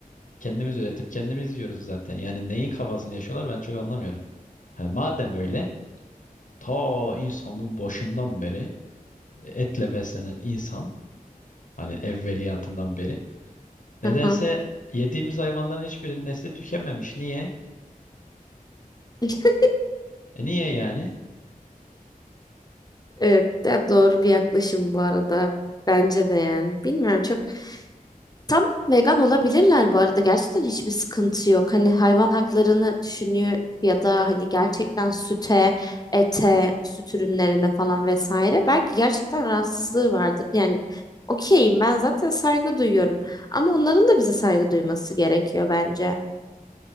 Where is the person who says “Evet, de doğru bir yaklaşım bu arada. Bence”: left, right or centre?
Left